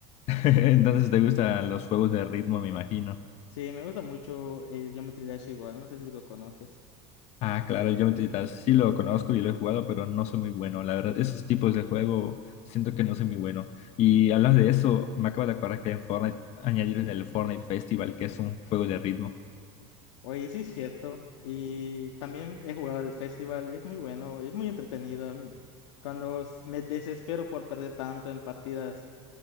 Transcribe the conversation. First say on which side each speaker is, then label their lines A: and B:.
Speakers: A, on the left; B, on the left.
A: <laughs> Entonces te gustan los juegos de ritmo, me imagino.
B: Sí, me gusta mucho el Geometry Dash igual, no sé si lo conoces.
A: Ah, claro, el Geometry Dash sí lo conozco y lo he jugado, pero no soy muy bueno. La verdad, esos tipos de juego siento que no soy muy bueno. Y hablando de eso, me acabo de acordar que en Fortnite añadieron el Fortnite Festival, que es un juego de ritmo. <laughs>
B: Oye, sí es cierto. Y también he jugado al festival, es muy bueno, es muy entretenido. A Cuando s- me desespero por perder tanto en partidas